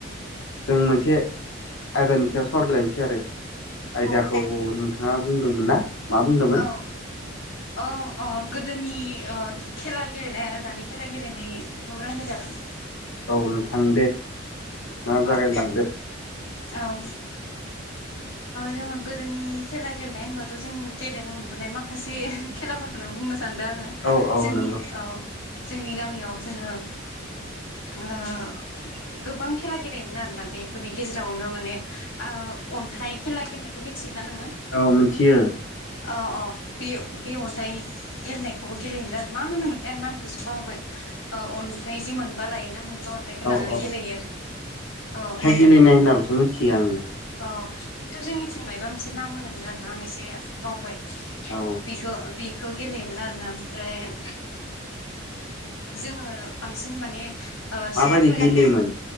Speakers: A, on the left; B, on the left.
A: जों मोनसे आयदानि सायाव सावरायलायनोसै आरो। आयदाखौ
B: अ
A: नोंथाङा बुंदोंमोन ना मा बुंदोंमोन?
B: औ औ गोदोनि खेला गेलेनाय आरो दानि खेला गेलेनाय माब रलाय जागोन।
A: औ नोंथां दे नोंथाङा जागायलांदो।
B: अ औ जोङो गोदोनि खेला गेलेनाय होनबाथ' जों गेलेनो मोनबोनाय माखासे खेलाफोरखौनो बुंनो सानदों आङो
A: औ औ
B: जोंनि
A: नंगौ
B: औ जोंनि गामियाव जोङो गोबां खेला गेलेयोमोन आरोना बेफोरनि गेजेरावनो माने अन्थाइ खेला गेलेनायखौ मिथियोना नोङो?
A: औ मिनथियो।
B: अ अ बे बे अन्थाइ गेलेनायखौबो गेलेयोमोन आरो मा होनोमोनथाय आं नामखौ एसे बावबाय। अ अन्थाइ जि मोनबा लायोना मोनबा अन्थाइखौ
A: औ
B: लानानै
A: औ
B: गेलेयो आरो आ।
A: <unintelligible> मिथियो आङो
B: अ खिन्थु जोंनिथिं मायबा मोनसे नाम होनोमोन आरोना आं एसे बावबाय।
A: औ
B: बिखौ बिखौ गेलेयोमोन आरोना ओमफ्राय जोङो बांसिन माने ओ
A: माबायदि
B: सिख्लाफोरा
A: गेलेयोमोन